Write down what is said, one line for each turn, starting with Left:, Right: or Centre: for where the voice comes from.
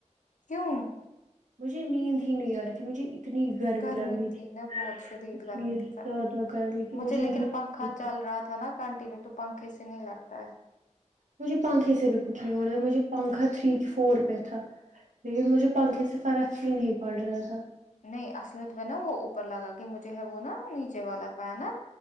Left: کیوں
Right: مجھے نیند ہی نہیں آ رہی تھی مجھے اتنی
Left: گرمی
Right: لگ رہی
Left: تھی نا بہت شدید
Right: اتنی
Left: گرمی تھی کل
Right: زیادہ گرمی تھی
Left: مجھے
Right: نہیں
Left: لیکن پنکھا چل رہا تھا نا کنٹینیو تو پنکھے سے نہیں لگتا ہے
Right: مجھے پنکھے سے بھی کچھ نہیں ہو رہا مجھے پنکھا تھری فور پہ تھا لیکن مجھے پنکھے سے فرق ہی نہیں پڑ رہا تھا
Left: نہیں اصلیت میں نا وہ اوپر لگا کے مجھے ہے وہ نا نیچے والا فین نا